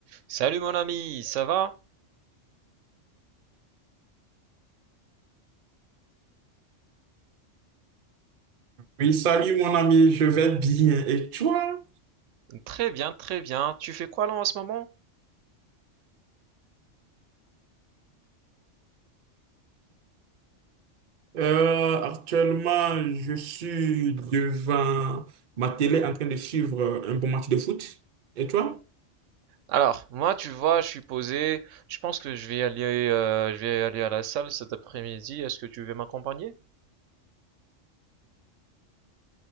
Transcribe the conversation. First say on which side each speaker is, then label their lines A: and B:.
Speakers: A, on the right; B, on the right.
A: Salut mon ami, ça va?
B: Oui, salut mon ami, je vais bien. Et toi?
A: Très bien, très bien. Tu fais quoi là en ce moment?
B: Euh, actuellement, je suis devant ma télé en train de suivre un bon match de foot. Et toi?
A: Alors, moi, tu vois, je suis posé. Je pense que je vais aller, euh, je vais aller à la salle cet après-midi. Est-ce que tu veux m'accompagner?